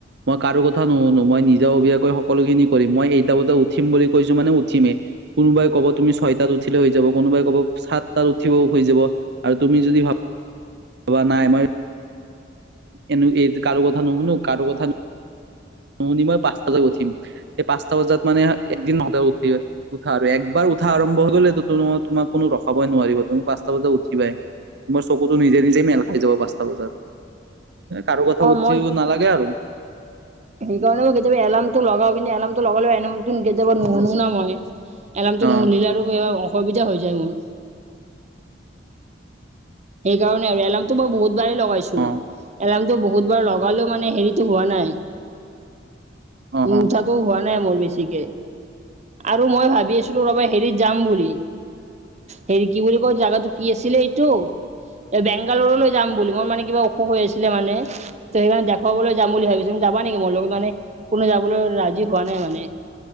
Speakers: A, on the right; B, on the right.
A: মই কাৰো কথা নুশুনো মই নিজেও সকলো খিনি কৰিম। মই এইটা বজাত উঠি বুলি কৈছো মানে উঠিমেই। কোনোবাই ক'ব তুমি ছয়টাত উঠি হৈ যাব কোনোবাই ক'ব চাত ত, উঠিব হৈ যাব। আৰু তুমি যদি ভা ভাবা নাই মই এনে এই যে কাৰো কথা নহুনো কাৰো কথা ন
B: <inaudible>
A: শুনি মই পাঁচটাত উঠিম, সেই পাঁচটা বজাত মানে একদিন নহলে উঠা, একবাৰ নহ'লে উঠা আৰু হৈ গ'লে তোমাক কোনো ৰখাবই নোৱাৰিব তুমি পাঁচটা বজাত উঠিবাই। তোমাৰ চকুতো নিজে নিজেই মেল খাই যাব পাঁচটা বজাত। কাৰো কথা বুজিব
B: মই
A: নালাগে আৰু।
B: সেইকাৰণে মই কেতিয়াবা এলাৰ্ম তটো লগাও কিন্তু এলাৰ্মটো লগালে এলাৰ কেতিয়াবা নুশুনো ন মই। এলাৰ্মটো
A: অ'।
B: নুশনিলে আৰু অসুবিধা হৈ যায় মোৰ। সেইকাৰণে আৰু এলাৰ্মটো মই বহুত বাৰে লগাইছো।
A: অ',
B: এলাৰ্মটো ব বহুতবাৰ লগালেও মানে হেৰিতটো হোৱা নাই।
A: অ', অ',
B: উঠাটো হোৱা নাই মোৰ বেছিকে। আৰু মই ভাবি আছিলো ৰবা হেৰিত যাম বুলি। হেৰি কি বুলি কয় জাগাটো কি আছিলে এইটো এ, বেংগালোৰলৈ যাম বুলি মই মানে কিবা অসুখ হৈ আছিলে মানে। তো সেইকাৰে দেখুৱাবলৈ যাম বুলি ভাবিছো। যাবা নেকি? মোৰ লগ মানে কোনে যাবলৈ ৰাজি হোৱা নাই মানে।